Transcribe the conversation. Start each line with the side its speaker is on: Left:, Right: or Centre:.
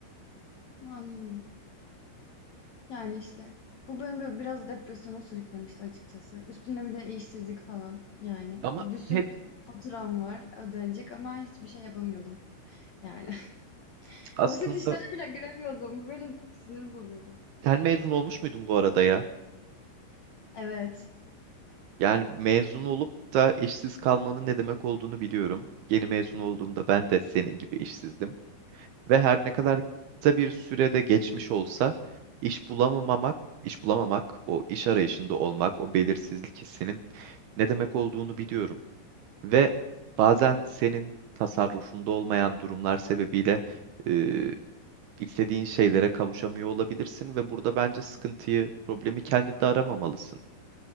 Left: Anladım. Yani işte. Bu beni böyle biraz depresyona sürüklemişti açıkçası. Üstüne bir de işsizlik falan yani.
Right: Ama
Left: Böyle bir sürü
Right: hep
Left: faturam var ödenecek ama hiçbir şey yapamıyordum. Yani <laughs>
Right: aslında
Left: basit işlere bile giremiyordum. Bu benim sinirim bozuyordu.
Right: sen mezun olmuş muydun bu arada ya?
Left: Evet.
Right: Yani mezun olup da işsiz kalmanın ne demek olduğunu biliyorum. Yeni mezun olduğumda ben de senin gibi işsizdim. Ve her ne kadar kısa bir sürede geçmiş olsa iş bulamamak, iş bulamamak, o iş arayışında olmak, o belirsizlik hissinin ne demek olduğunu biliyorum. Ve bazen senin tasarrufunda olmayan durumlar sebebiyle e, istediğin şeylere kavuşamıyor olabilirsin ve burada bence sıkıntıyı, problemi kendinde aramamalısın.